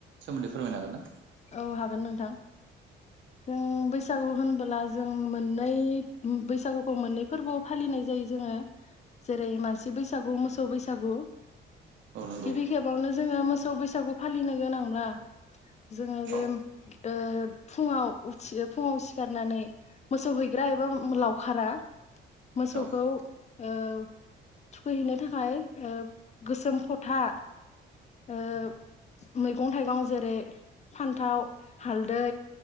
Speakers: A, on the right; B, on the left.
A: सोमोन्दै फोरमायनो हागोन ना?
B: औ हागोन नोंथां। जों बैसागु होनबोला जों मोननै बैसागुखौ मोननै फोरबोआव फालिनाय जायो जोङो जेरै मानसि बैसागु, मोसौ बैसागु।
A: औ नंगौ।
B: गिबि खेबावनो जों जोङो मोसौ बैसागु फालिनो गोनांब्ला जोङो जे
A: औ
B: ओ फुङाव उथि फुङाव सिखारनानै मोसौ हैग्रा एबा लावखारा मोसौखौ
A: औ
B: ओ थुखैहैनो थाखाय ओ गोसोम फथा ओ मैगं थाइगं जेरै फान्थाव, हालदै